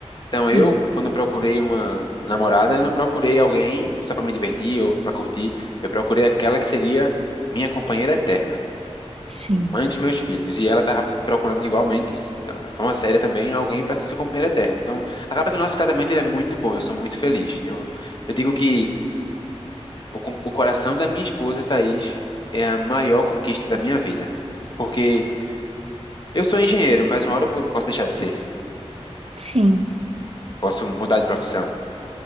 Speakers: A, on the left (about 45°); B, on the right (about 65°).
A: Então,
B: Sim,
A: eu, quando eu procurei uma namorada, eu não procurei alguém só para me divertir ou para curtir, eu procurei aquela que seria minha companheira eterna
B: sim,
A: mãe dos meus filhos, e ela tava procurando igualmente, da mesma forma séria também, alguém para ser seu companheiro eterno. Então, acaba que nosso casamento ele é muito bom, eu sou muito feliz. Eu, eu digo que o, co- o coração da minha esposa, Thaís, é a maior conquista da minha vida. Porque eu sou engenheiro, mas uma hora eu vou- posso deixar de ser,
B: sim.
A: posso mudar de profissão,